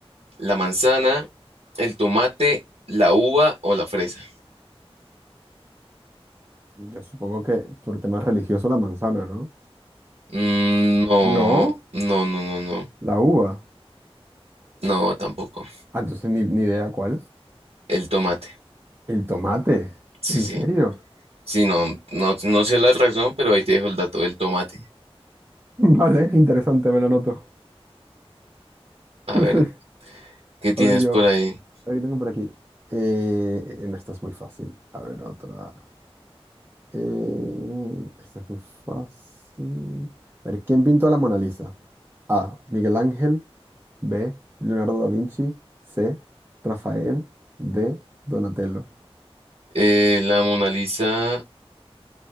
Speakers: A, on the right; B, on the right.
A: ¿La manzana, el tomate, la uva o la fresa?
B: Yo supongo que por temas religiosos la manzana, ¿no?
A: Mm, no,
B: No,
A: no, no, no, no.
B: la uva.
A: No, tampoco.
B: Ah, entonces ni, ni idea cuál.
A: El tomate.
B: El tomate.
A: Sí,
B: ¿En
A: sí.
B: serio?
A: Sí, no, no, no sé la razón, pero ahí te dejo el dato del tomate.
B: <laughs> Vale, interesante, me lo anoto.
A: A
B: <laughs>
A: ver, ¿qué tienes
B: A ver yo,
A: por ahí?
B: a ver qué tengo por aquí. Eh, en esta es muy fácil. A ver otra. Eh, esta es muy fácil. A ver, ¿quién pintó la Mona Lisa? A. Miguel Ángel. B. Leonardo da Vinci. C. Rafael. D. Donatello.
A: Eh, la Mona Lisa,